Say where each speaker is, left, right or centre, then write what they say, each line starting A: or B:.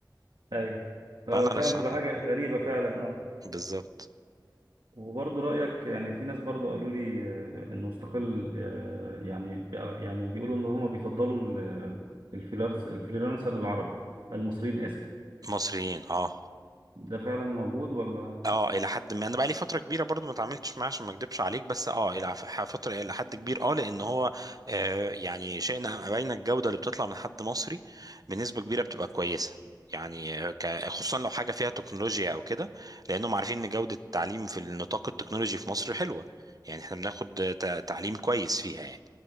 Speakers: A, on the right (about 75°); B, on the right (about 55°).
A: اي هو
B: فانا رشح
A: فعلا بتبقى
B: لك
A: حاجة غريبة فعلا اه
B: بالظبط
A: وبرضه رأيك يعني في ناس برضه قالوا لي آه، انه مستقل آه، يعني بيق- يعني بيقولوا ان هم بيفضلوا ال- الفريلانس الفريلانسر العرب المصريين آسف
B: مصريين اه
A: ده فعلا موجود ولا
B: اه الى حد ما انا بقى لي فتره كبيره برضو ما اتعاملتش معاه عشان ما اكدبش عليك بس اه الى ف- فتره الى حد كبير اه لان هو آه يعني شئنا ام ابينا الجوده اللي بتطلع من حد مصري بنسبه كبيره بتبقى كويسه يعني آه، ك- خصوصا لو حاجه فيها تكنولوجيا او كده لانهم عارفين ان جوده التعليم في النطاق التكنولوجي في مصر حلوه يعني احنا بناخد ت- تعليم كويس فيها يعني